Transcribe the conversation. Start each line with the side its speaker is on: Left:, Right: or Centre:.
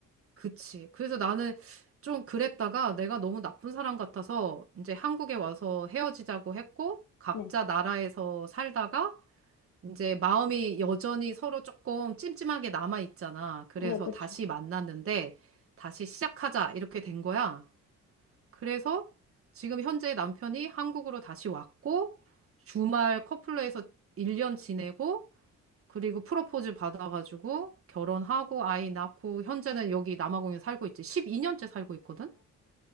Right: 그치. 그래서 나는 좀 그랬다가 내가 너무 나쁜 사람 같아서 이제 한국에 와서 헤어지자고 했고, 각자
Left: 네.
Right: 나라에서 살다가 이제 마음이 여전히 서로 조금 찜찜하게 남아있잖아. 그래서
Left: 네, 그쵸.
Right: 다시 만났는데, 다시 시작하자. 이렇게 된 거야. 그래서 지금 현재 남편이 한국으로 다시 왔고, 주말 커플로에서 1년 지내고, 그리고 프로포즈 받아가지고 결혼하고 아이 낳고 현재는 여기 남아공에 살고 있지. 12년째 살고 있거든.